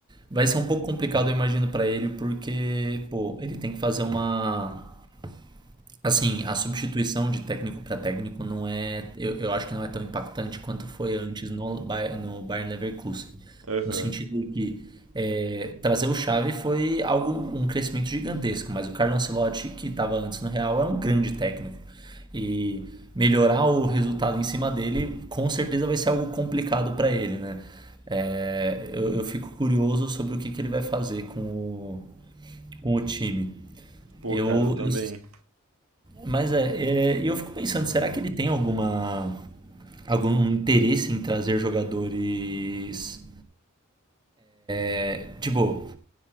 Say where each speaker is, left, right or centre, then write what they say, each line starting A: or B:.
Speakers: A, on the right; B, on the right.
A: vai ser um pouco complicado, eu imagino, pra ele, porque, pô, ele tem que fazer uma Assim, a substituição de técnico para técnico não é, eu, eu acho que não é tão impactante quanto foi antes no, Bay- no Bayern Leverkusen,
B: Aham.
A: no sentido de que é, trazer o Xavi foi algo, um crescimento gigantesco, mas o Carlo Ancelotti, que estava antes no Real, é um grande técnico. E melhorar o resultado em cima dele, com certeza vai ser algo complicado para ele, né? É, eu, eu fico curioso sobre o que, que ele vai fazer com o, com o time.
B: Pô,
A: Eu,
B: cara, eu também.
A: eu, mas é, é, eu fico pensando, será que ele tem alguma algum interesse em trazer jogadores, é, tipo,